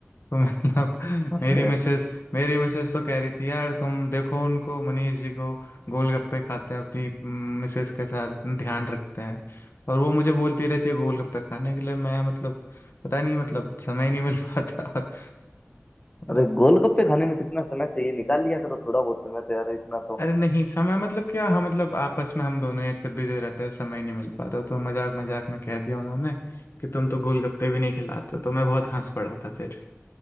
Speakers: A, on the left; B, on the left.
A: तो मतलब <laughs>
B: अरे
A: मेरी मिसेस मेरी मिसेस तो कह रही थी यार तुम देखो उनको मनीष जी को गोलगप्पे खाते हैं अपनी हम्म, मिसेस के साथ इतना ध्यान रखते हैं और वो मुझे बोलती रहती है गोलगप्पे खाने के लिए मैं मतलब पता नहीं मतलब समय ही नहीं मिल <laughs> पाता और मतलब
B: अरे गोलगप्पे खाने में कितना समय चाहिए निकाल लिया करो थोड़ा बहुत समय तो यार इतना तो
A: अरे नहीं समय मतलब क्या हाँ मतलब आपस में हम दोनों ही इतने बिजी रहते हैं समय नहीं मिल पाता तो मजाक मजाक में कह दिया उन्होंने कि तुम तो गोलगप्पे भी नहीं खिलाते हो तो मैं बहुत हंस पड़ा था फिर